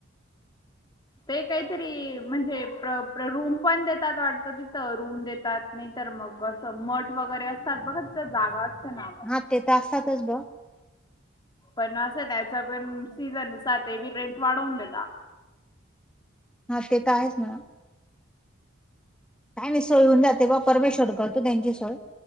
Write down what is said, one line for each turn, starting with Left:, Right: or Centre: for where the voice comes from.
Left: ते काहीतरी म्हणजे प्र रूम पण देतात वाटत तिथं रूम देतात नाही तर मग अस मठ वगैरे अस सर् बघच जागा असते ना?
Centre: हा ते तर असतातच ब
Left: पण असं त्याचा पण सीझननुसार ते बी रेंट वाढवून देता.
Centre: हा ते तर आहेच मॅडम. काय मीसळ होन जाते बा परमेश्वर कर तू त्यांची सोय